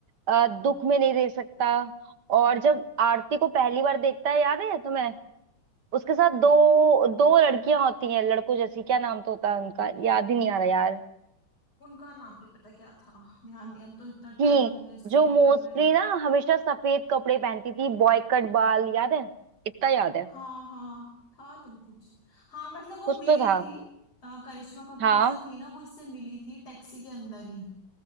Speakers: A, on the right; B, on the left.
A: अ, दुख में नहीं दे सकता और जब आरती को पहली बार देखता है याद है तुम्हें उसके साथ दो दो लड़कियां होती हैं लड़कों जैसी क्या नाम तो होता है उनका याद ही नहीं आ रहा यार
B: उनका नाम नहीं पता क्या था ध्यान नहीं अब तो इतना
A: थी
B: टाइम हो गया इसको
A: जो मोस्टली
B: देखे हुए
A: ना हमेशा सफेद कपड़े पहनती थी बॉय कट बाल याद है इतना याद है
B: हाँ हाँ था तो कुछ हाँ मतलब वो
A: कुछ
B: मिली
A: तो था
B: थी अ, करिश्मा कपूर
A: हाँ
B: जो थी ना वो इससे मिली थी टैक्सी के अंदर ही